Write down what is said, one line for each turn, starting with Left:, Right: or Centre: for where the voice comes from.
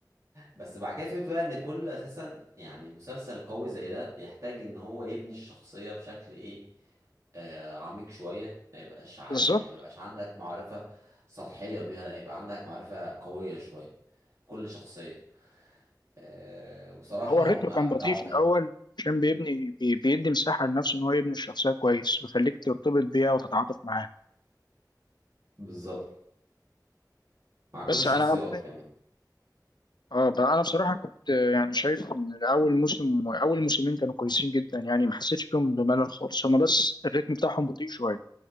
Right: بس بعد كده فهمت بقى ان كل اساسا يعني مسلسل قوي زي ده بيحتاج ان هو يبني الشخصيه بشكل ايه آه، عميق شوية ما يبقاش ع-
Left: بالظبط
Right: يعني ما يبقاش عندك معرفة سطحية بيها لا يبقى عندك معرفة قوية شوية كل شخصية آه، وصراحة
Left: هو
Right: هم
Left: الريتم كان
Right: أبدعوا
Left: بطيء
Right: في
Left: في
Right: ده
Left: الأول عشان بيبني بي- بيدي مساحة لنفسه إن هو يبني الشخصية كويس ويخليك ترتبط بيها وتتعاطف معاها
Right: بالظبط مع كل
Left: بس
Right: الشخصيات
Left: أنا
Right: كمان
Left: آه بقى أنا بصراحة كنت آه، يعني شايف إن أول موسم أول موسمين كانوا كويسين جدا يعني ما حسيتش فيهم بملل خالص هما بس الريتم بتاعهم بطيء شوية